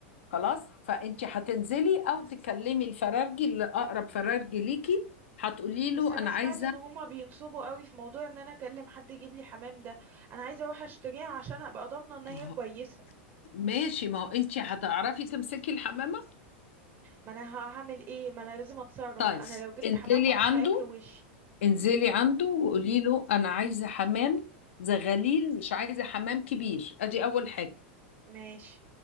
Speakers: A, on the left (about 80°); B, on the right (about 35°).
A: خلاص فانت
B: ب-
A: هتنزلي او تكلمي الفرارجي اللي اقرب فرارجي ليكي هتقولي له
B: بس انا
A: انا
B: سمعت
A: عايزة
B: ان هما بينصبوا قوي في موضوع ان انا اكلم حد يجيب لي حمام ده انا عايزه اروح اشتريها عشان ابقى ضامنه ان هي
A: ما هو-
B: كويسه
A: ماشي ما هو انت هتعرفي تمسكي الحمامة
B: ما انا ه- هعمل ايه ما انا لازم اتصرف
A: طيب
B: انا لو جبت
A: انزلي
B: حمام وحش
A: عنده
B: هياكلوا وشي
A: انزلي عنده وقولي له انا عايزه حمام زغاليل مش عايزه حمام كبير ادي اول حاجه
B: ماشي